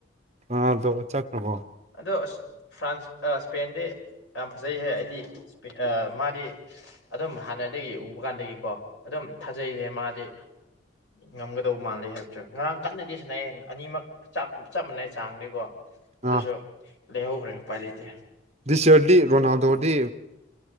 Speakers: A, on the right (about 35°); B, on the left (about 80°).
A: ꯔꯣꯅꯥꯜꯗꯣ ꯆꯠꯈ꯭ꯔꯕꯣ
B: ꯑꯗꯣ ꯑꯁ ꯐ꯭ꯔꯥꯟꯁ ꯑꯥ ꯁꯄꯦꯟꯗꯤ ꯌꯥꯝ ꯐꯖꯩꯍꯦ ꯑꯩꯗꯤ ꯑꯥ ꯃꯥꯗꯤ ꯑꯗꯨꯝ ꯍꯥꯟꯅꯗꯒꯤ ꯎꯕ ꯀꯥꯟꯗꯒꯤꯀꯣ ꯑꯗꯨꯝ ꯊꯥꯖꯩꯌꯦ ꯃꯥꯗꯤ ꯉꯝꯒꯗꯧ ꯃꯥꯜꯂꯦ ꯍꯥꯏꯕꯁꯨ ꯉꯔꯥꯡ ꯀꯟꯅꯗꯤ ꯁꯅꯩꯌꯦ ꯑꯅꯤꯃꯛ ꯆꯞ ꯃꯥꯟꯅꯩ ꯆꯥꯡꯗꯤꯀꯣ ꯑꯗꯨꯁꯨ
A: ꯑꯥ
B: ꯂꯩꯍꯧꯈ꯭ꯔꯦ ꯎꯄꯥꯏ ꯂꯩꯇꯦ
A: ꯗꯤꯁ ꯏꯌꯔꯗꯤ ꯔꯣꯅꯥꯜꯗꯣꯗꯤ